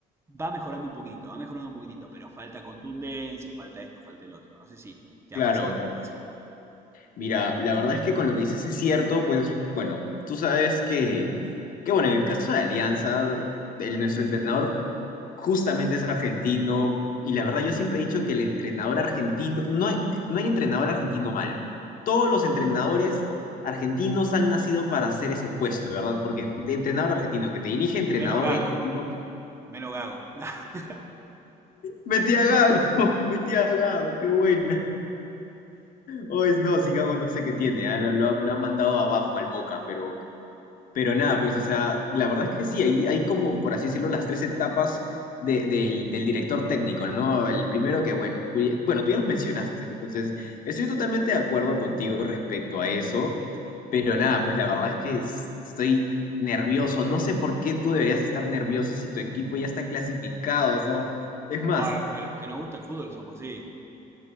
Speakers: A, on the right; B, on the left.
A: va mejorando un poquitito, va mejorando un poquitito, pero falta contundencia, falta esto, falta el otro. No sé si te
B: claro.
A: ha pasado algo así.
B: Mira, la verdad es que con lo que dices es cierto, pues bueno, tú sabes que, que bueno, en el caso de Alianza, el- nuestro entrenador justamente es argentino y la verdad yo siempre he dicho que el entrenador argentino, no hay, no hay entrenador argentino malo. Todos los entrenadores argentinos han nacido para hacer ese puesto, ¿verdad? Porque de entrenador argentino que te dirige, entrenador
A: Menos gago,
B: argentino,
A: menos gago. <laughs>
B: metí a Gago, <laughs> metí a Gago, qué buena. O es no, si Gago no sé qué tiene, ah, Lo, lo ha lo ha mandado abajo al Boca, pero Pero nada, pues, o sea, la verdad es que sí, hay, hay como, por así decirlo, las tres etapas de- del, del director técnico, ¿no? El primero que, bueno, tú, ya- bueno, tú ya los mencionaste, ¿no? entonces estoy totalmente de acuerdo contigo respecto a eso, pero nada, pues la verdad es que es- estoy nervioso, no sé por qué tú deberías estar nervioso si tu equipo ya está clasificado, o sea, es más,
A: Ay, porque los que nos gusta el fútbol somos así.